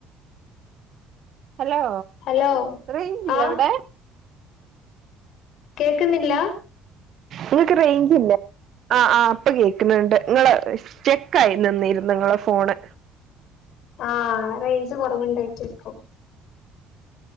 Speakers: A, on the right (about 45°); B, on the left (about 60°).
A: ഹലോ
B: ഹലോ
A: റേയ്ഞ്ചില്ല
B: ആഹ്
A: അവിടെ?
B: കോക്ക്ന്നില്ല
A: ഇങ്ങക്ക് റേയ്ഞ്ച് ഇല്ലേ? ആഹ് ആഹ് ഇപ്പ കേക്ക്ന്ന്ണ്ട് ഇങ്ങള് സ്റ്റക്കായി നിന്നിരുന്നു ഇങ്ങളെ ഫോണ്
B: ആഹ് റേയ്ഞ്ച് കൊറവ്ണ്ടായിറ്റായിക്കും